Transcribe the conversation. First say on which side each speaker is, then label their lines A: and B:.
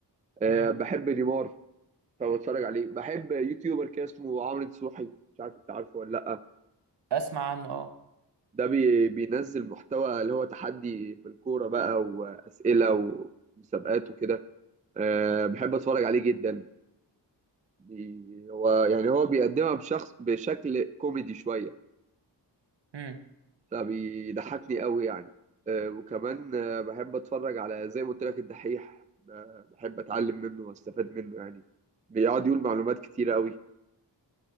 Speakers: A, on the right; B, on the right.
A: آه،
B: امم
A: بحب نيمار فبتفرج عليه بحب يوتيوبر كده اسمه عمرو دسوحي مش عارف انت عارفه ولا لأ
B: اسمع عنه اه
A: ده بي... بينزل محتوى اللي هو تحدي في الكورة بقى وأسئلة ومسابقات وكده أه بحب أتفرج عليه جدا بي... هو يعني هو بيقدمها بشخص بشكل كوميدي شوية
B: امم
A: فبيضحكني قوي يعني أه وكمان أه بحب أتفرج على زي ما قلت لك الدحيح ب- بحب أتعلم منه وأستفاد منه يعني بيقعد يقول معلومات كتيرة قوي